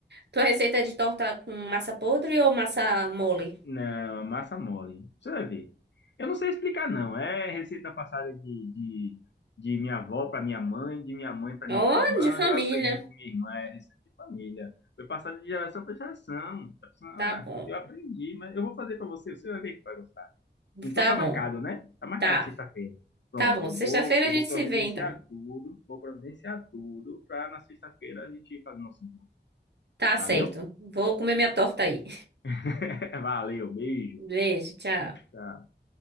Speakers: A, on the right (about 70°); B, on the left (about 80°).
A: Tua receita é de torta com massa podre ou massa mole?
B: Não, é massa mole. Você vai ver. Eu não sei explicar, não. É receita passada de, de, de minha avó para minha mãe, de minha mãe para
A: Oh,
B: minha irmã.
A: de família.
B: Eu aprendi com minha irmã, é receita de família. Foi passada de geração para geração. Ah,
A: Tá bom.
B: eu aprendi, mas eu vou fazer para você, você vai ver que vai gostar. Então
A: Tá
B: tá
A: bom.
B: marcado, né? Tá marcado
A: Tá.
B: sexta-feira. Pronto,
A: Tá bom.
B: eu
A: Sexta-feira
B: vou, eu
A: a gente
B: vou providenciar
A: se vê, então.
B: tudo, vou providenciar tudo para na sexta-feira a gente fazer nosso encontro.
A: Tá
B: Valeu?
A: certo. Vou comer minha torta aí.
B: <laughs> Valeu, beijo.
A: <laughs> Beijo, tchau.
B: Tchau.